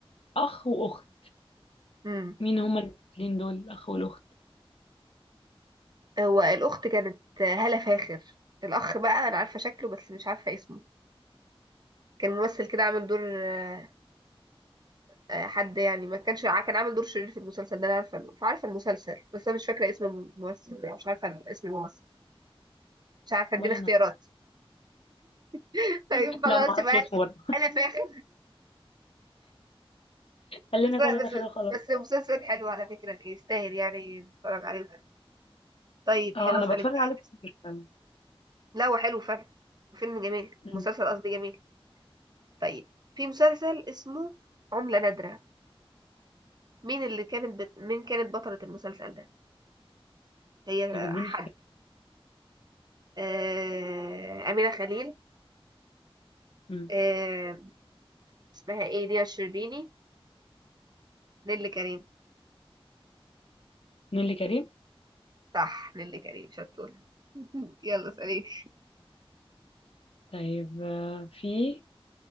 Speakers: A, on the left; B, on the right.
A: اخ واخت
B: امم
A: مين هما الاثنين دول الاخ والاخت
B: هو الأخت كانت هالة فاخر الأخ بقى أنا عارفة شكله بس مش عارفة اسمه كان ممثل كده عامل دور آه، آه، حد يعني ما كانش ع- كان عامل دور شرير في المسلسل ده أنا عارفة عارفة المسلسل بس أنا مش فاكرة اسم الممثل مش عارفة اسم الممثل مش عارفه اديني
A: ولا
B: اختيارات
A: انا
B: <laughs> طيب
A: لا
B: خلاص
A: انا ما اعرفش
B: يبقى
A: اسمه برضه
B: انا فاخر
A: خلينا
B: بس
A: في اللي
B: بس
A: في اخره خلاص
B: بس مسلسل حلو على فكره يستاهل يعني نتفرج عليه طيب
A: اه
B: حلو
A: انا
B: اسالك
A: بتفرج
B: بقى.
A: عليه كتير فعلا
B: لا هو حلو فعلا فيلم جميل مسلسل
A: أمم.
B: قصدي جميل طيب في مسلسل اسمه عملة نادرة مين اللي كانت بت... مين كانت بطلة المسلسل ده هي
A: طيب اديني
B: حد
A: اختيار
B: آه... أمينة خليل
A: أمم.
B: آه... اسمها ايه ديا الشربيني نيللي كريم
A: نيللي كريم
B: صح نيللي كريم شطورة <laughs> يلا اسأليني
A: طيب آه في